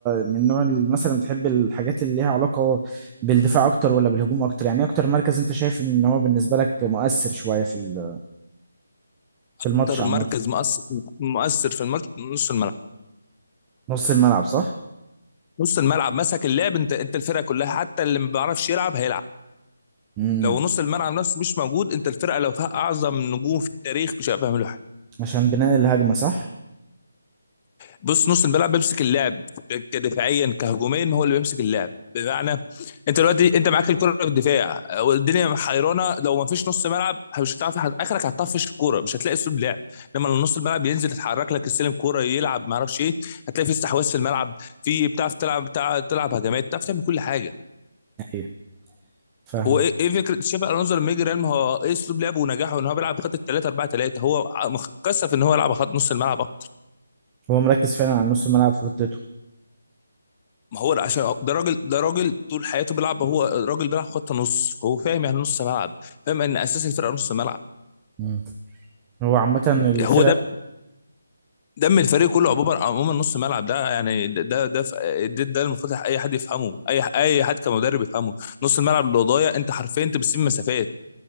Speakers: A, on the right (about 15°); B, on the left (about 25°).
A: من نوع ال- مثلا بتحب الحاجات اللي ليها علاقة بالدفاع اكتر ولا بالهجوم اكتر يعني ايه اكتر مركز انت شايف ان هو بالنسبة لك مؤثر شوية في ال- في
B: اكتر
A: الماتش عامة
B: مركز مؤثر مؤثر في الماتش نص الملعب
A: نص الملعب صح؟
B: نص الملعب مسك اللعب انت انت الفرقه كلها حتى اللي ما بيعرفش يلعب هيلعب
A: امم
B: لو نص الملعب نفسه مش موجود انت الفرقه لو فيها اعظم نجوم في التاريخ مش هيعرفوا يعملوا حاجه
A: عشان بناء الهجمة صح؟
B: بص نص الملعب بيمسك اللعب كدفاعيا كهجوميا هو اللي بيمسك اللعب بمعنى انت دلوقتي انت معاك الكره في الدفاع والدنيا حيرانه لو ما فيش نص ملعب مش هتعرف حد- اخرك هتطفش الكوره مش هتلاقي اسلوب لعب لما نص الملعب ينزل يتحرك لك السلم كوره يلعب ما اعرفش ايه هتلاقي في استحواذ في الملعب في بتعرف تلعب بتعرف تلعب هجمات بتعرف تعمل كل حاجه
A: ايوه فاهم
B: هو ايه إيه فكره تشافي الونزو لما يجي ريال ما هو ايه اسلوب لعبه ونجاحه ان هو بيلعب بخط 3 4 3 هو مخ- كثف ان هو يلعب خط نص الملعب أكتر.
A: هو مركز فعلا على نص الملعب في خطته
B: ما هو عشان ده راجل ده راجل طول حياته بيلعب هو راجل بيلعب خط نص فهو فاهم يعني نص ملعب فاهم ان اساس الفرقه نص ملعب
A: مم. هو عامة الفرق
B: هو ده دم الفريق كله عموما عموما نص ملعب ده يعني ده ده ده, ف- ده, ده المفروض اي حد يفهمه اي اي حد كمدرب يفهمه نص الملعب اللي ضايع انت حرفيا انت بتسيب مسافات